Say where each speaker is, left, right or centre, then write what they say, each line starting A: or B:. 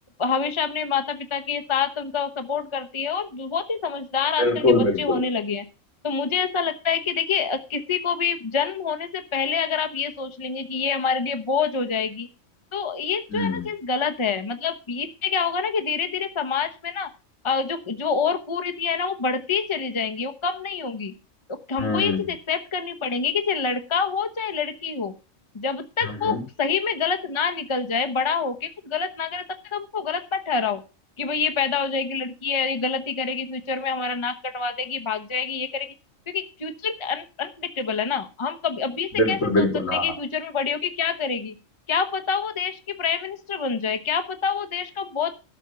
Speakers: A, on the left; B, on the left.
A: हमेशा अपने माता पिता के साथ उनका सपोर्ट करती है और बहुत ही समझदार आजकल
B: बिल्कुल
A: के बच्चे
B: बिल्कुल
A: होने लगे हैं तो मुझे ऐसा लगता है कि देखिए अ, किसी को भी जन्म होने से पहले अगर आप ये सोच लेंगे कि ये हमारे लिए बोझ हो जाएगी तो ये
B: हम्म
A: जो है ना चीज गलत है मतलब इससे क्या होगा ना कि धीरे धीरे समाज में ना अ, जो जो और कुरीतियां है ना वो बढ़ती ही चली जाएंगी वो कम नहीं होंगी तो हमको
B: हम्म
A: ये चीज एक्सेप्ट करनी पड़ेगी कि चाहे लड़का हो चाहे लड़की हो जब तक
B: हम्म
A: वो सही में गलत ना निकल जाए बड़ा होके कुछ गलत ना करे तब तक हम उसको गलत मत ठहराओ कि भाई ये पैदा हो जाएगी लड़की है ये गलत ही करेगी फ्यूचर में हमारा नाक कटवा देगी भाग जाएगी ये करेगी क्योंकि फ्यूचर अनप्रिडिक्टेबल है ना हम कभी अभी से
B: बिल्कुल
A: कैसे सोच
B: बिल्कुल
A: सकते
B: हाँ
A: हैं कि फ्यूचर में बड़ी होके क्या करेगी क्या पता वो देश की प्राइम मिनिस्टर बन जाए क्या पता वो देश का बहुत